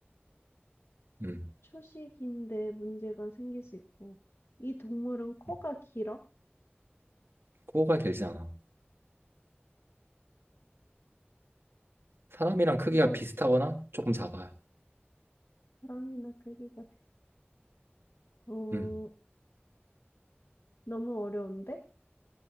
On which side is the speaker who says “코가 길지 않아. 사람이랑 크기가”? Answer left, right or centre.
Right